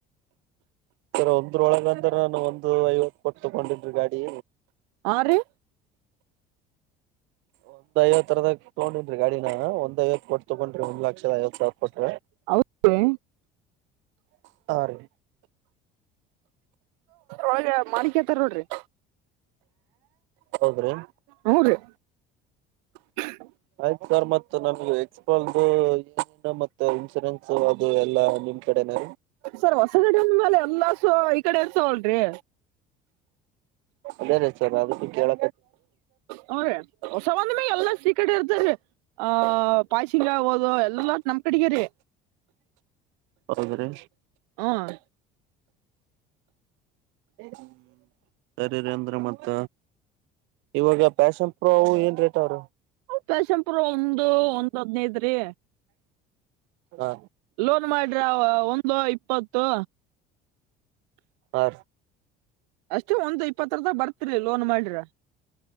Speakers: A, on the right; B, on the right.
A: ಸರ್ ಒಂದ್ರೊಳಗ ಅಂದ್ರೆ ನಾನು ಒಂದು ಐವತ್ತು ಕೊಟ್ಟ ತಕೊಂಡಿದ್ರಿ ಗಾಡಿ
B: ಆರು
A: ಒಂದ್ ಐವತ್ತರದ ತಗೊಂಡಿನನೀ ರಿ ಗಾಡಿನ ಒಂದ್ಐವತ್ತು ಕೊಟ್ಟ ತಗೊಂಡ್ರಿ ಒಂದ ಲಕ್ಷದ ಐವತ್ ಸಾವಿರ ಹೊಷ್ಟ
B: ಹೌದ್ರಿ
A: <unintelligible> ಆ ರಿ
B: ಒಳಗ ಮಾಡಕೋತರೆ ನೋಡ್ರಿ
A: ಹೌದ್ರಿ
B: ಹೂ ರಿ <unintelligible>
A: ಆಯ್ತು ಸಾರ್ ಮತ್ ನಮಗೆ ಎಕ್ಸ್ಪಲ್ ಏನು ಮತ್ತ ಇನ್ಸೂರೆನ್ಸ್ ಅದು ಎಲ್ಲಾ ನಿಮ್ ಕಡೆನ
B: ಸರ್ ಹೊಸಗಡಂದ್ಮೇಲೆ ಎಲ್ಲ ಸ ಈ ಕಡೆ ಇರ್ತವಲ್ರಿ
A: ಅದೇ ರೇ ಸರ್ ಅದಕ್ಕೂ ಕೇಳ
B: ಸರಿ ಹೊಸಂದ ಮೇ ಎಲ್ಲ ಸೀಕ್ರ ಇ <unintelligible> ಆ ಪಾಯ್ಸಿಂಗ ಆಗೋದು ಎಲ್ಲಲ್ಲ ನಮ್ ಕಡಗ ರೀ
A: ಹೌದ್ರೀ
B: ಹ್ಞೂ
A: ಎ <inaudible> ಸರಿ ರ ಅಂದ್ರೆ ಮತ್ತ ಇವಾಗ ಪ್ಯಾಷನ್ ಪ್ರೋ ಏನ್ ರೇಟ್ ಅವ್ರ
B: ಫ್ಯಾಷನ್ ಪ್ರೊ ಇಪ್ರ ಒಂದು ಒಂದ್ ಹದ್ನೈದ್ರೀ
A: ಹಾ
B: ಲೋನ್ ಮಾಡ್ರ ಒಂದು ಇಪ್ಪತ್ತು ತ್ತ
A: ಆ
B: ಅಷ್ಟೇ ಒಂದ್ ಇಪ್ಪತ್ತ ರ ತ ಬರ್ತಿರಿ ಲೋನ್ ಮಾಡಿರ